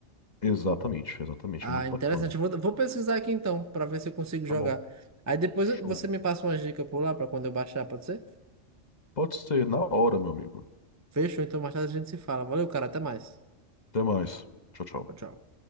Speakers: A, on the left; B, on the right.
A: Exatamente, exatamente.
B: Ah,
A: É muito
B: interessante.
A: bacana.
B: Eu Vou, vou pesquisar aqui então, pra ver se eu consigo jogar.
A: Tá bom.
B: Aí depois
A: Show.
B: eu- você me passa uma dica por lá pra quando eu baixar, pode ser?
A: Pode ser na hora, meu amigo.
B: Fechou, então mais tarde a gente se fala. Valeu, cara, até mais.
A: Até mais. Tchau, tchau.
B: Tchau, tchau.